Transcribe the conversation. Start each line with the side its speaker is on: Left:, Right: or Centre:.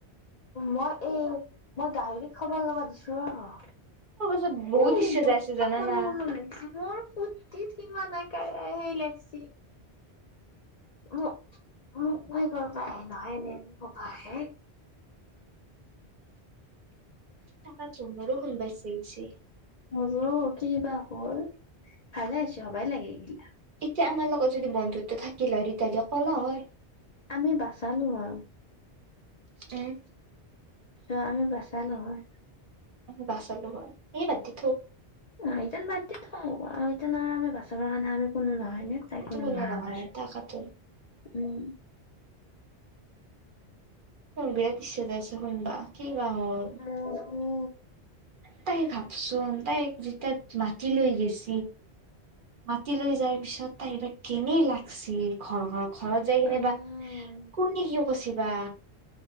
Left: মই এই মই গাহৰিক খবৰ লগা দিছো ৰ
Right: মোৰ পাছত বহুত
Left: উ
Right: ইচ্ছা
Left: ব
Right: যাই আছে জানানা।
Left: সনো সো লাগিছে মোৰ ফূুৰ্তি মানে ক হৈেই লাগছি ম মই কৰিবা আহে নহয় এনে এনে কবা আহে
Right: তাক ক ৰ কোন বাচি গৈছি
Left: ৰ কি বাা হ'ল ভালে আছ সবাই লাগে এইগিলা
Right: এতিয়া আমাৰ লগত যদি বন্ধুত্ব থাকিল হয় তেতিয়াহ'লে ক'লা হয়
Left: আমি বাচালো আৰু
Right: উম
Left: চ আমি বচালোহয়
Right: বাচালো হয় এইেই বাদ দি থু
Left: অ ইতে বাদতি থো স আৰু আমি বাচাবৰ কাৰণে আমি কোনো নহয় তাই
Right: এইটো
Left: কোনো ন
Right: নহয়
Left: আমাৰ
Right: তাকাতো।
Left: উম
Right: ক বিৰা তছ হজাৰ আছে শুনবা কি বাা হল
Left: মোৰো
Right: তাই ভাবচোন তাই যেতিয়া মাটি লৈ গেছ মাতি লৈ যাৰ পিছত। তাই এইবাক কেনেই লাগিছে ঘৰত ঘৰত যাই কেনে
Left: উম
Right: বাা কোনে কিয় কচিবা?